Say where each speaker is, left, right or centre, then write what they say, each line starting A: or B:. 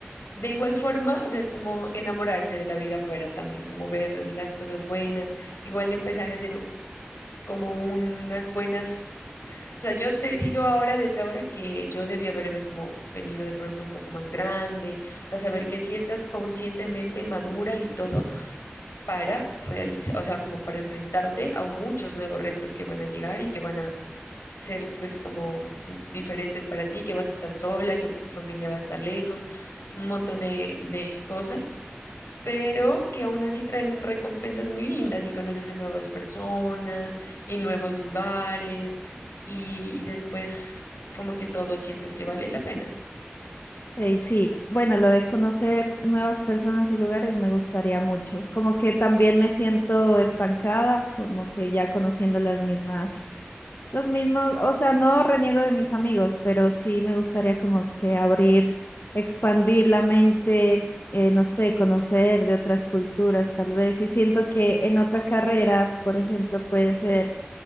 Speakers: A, on the left; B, on the left.
A: De igual forma, o sea, es como enamorarse de la vida afuera también, como ver las cosas buenas, igual empezar a hacer como unas buenas O sea, yo te digo ahora, desde ahora, que yo debía haberme como venido de pronto un poco más grande, o sea, saber que sí estás conscientemente madura y todo para realizar, o sea, como para enfrentarte a muchos nuevos retos que van a llegar y que van a ser pues como diferentes para ti, que vas a estar sola, que tu familia va a estar lejos, un montón de, de cosas pero que aún así traen recompensas muy lindas y conoces a nuevas personas y nuevos lugares y, y después como que todo sientes que vale la pena.
B: Ey, sí, bueno, lo de conocer nuevas personas y lugares me gustaría mucho. Como que también me siento estancada, como que ya conociendo las mismas, los mismos, o sea, no reniego de mis amigos, pero sí me gustaría como que abrir, expandir la mente, eh, no sé, conocer de otras culturas tal vez. Y siento que en otra carrera, por ejemplo, puede ser